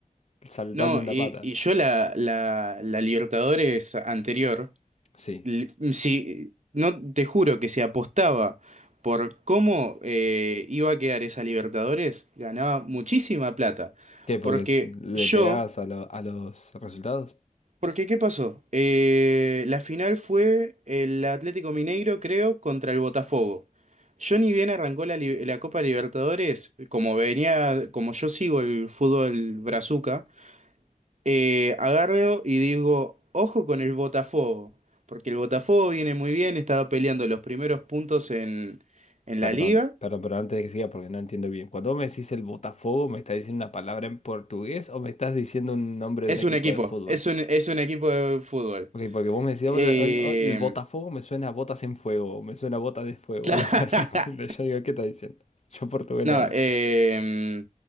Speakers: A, on the left (about 55°); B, on the right (about 60°).
A: saltando
B: No,
A: en
B: y,
A: la pata.
B: y yo la, la, la Libertadores anterior,
A: Sí.
B: l- si, no te juro que se apostaba por cómo eh, iba a quedar esa Libertadores, ganaba muchísima plata.
A: ¿Qué? ¿Porque
B: Porque
A: le
B: yo,
A: pegabas a, lo- a los resultados?
B: porque ¿qué pasó? Eh, la final fue el Atlético Mineiro, creo, contra el Botafogo. Yo ni bien arrancó la, li- la Copa Libertadores, como venía, como yo sigo el fútbol brazuca. eh, agarro y digo, ojo con el Botafogo, porque el Botafogo viene muy bien, estaba peleando los primeros puntos en, en
A: Perdón,
B: la liga.
A: perdón, pero antes de que siga, porque no entiendo bien. Cuando vos me decís el Botafogo, ¿me estás diciendo una palabra en portugués o me estás diciendo un nombre de
B: Es
A: un equipo
B: un equipo,
A: de fútbol?
B: es un, es un equipo de fútbol.
A: Ok, porque vos me decís,
B: Eh,
A: "Ahora, eh, oh, el Botafogo me suena a botas en fuego, o me suena a botas de fuego,
B: <laughs> cla-
A: <laughs> algo por el estilo. Yo digo, ¿qué estás diciendo? Yo portugués
B: no,
A: no hablo.
B: eh,